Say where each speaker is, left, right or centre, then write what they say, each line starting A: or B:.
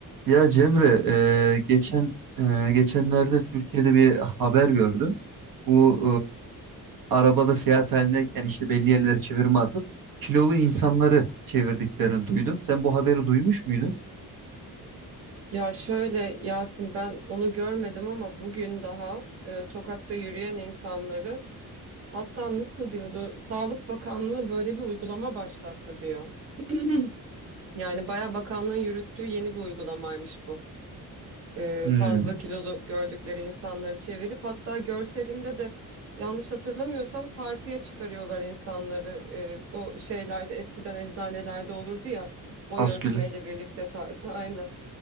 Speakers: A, on the right; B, on the right.
A: Ya Cemre, e, geçen e, geçenlerde Türkiye'de bir haber gördüm. Bu e, arabada seyahat halindeyken işte belli yerlere çevirme atıp kilolu insanları çevirdiklerini duydum. Sen bu haberi duymuş muydun?
B: Ya şöyle Yasin ben onu görmedim ama bugün daha e, sokakta yürüyen insanları hatta nasıl diyordu Sağlık Bakanlığı böyle bir uygulama başlattı diyor. <clears throat> Yani bayağı bakanlığın yürüttüğü yeni bir uygulamaymış bu. E,
A: Hmm,
B: fazla kilolu gördükleri insanları çevirip hatta görselinde de yanlış hatırlamıyorsam tartıya çıkarıyorlar insanları. E, o şeylerde eskiden eczanelerde olurdu ya boy
A: Askül.
B: ölçmeyle birlikte tartı <laughs> aynen.